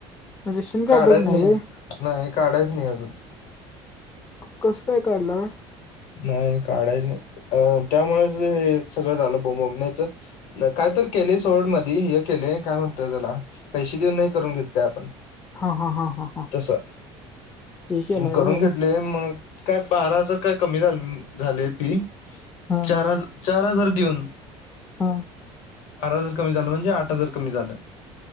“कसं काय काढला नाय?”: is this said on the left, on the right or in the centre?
Left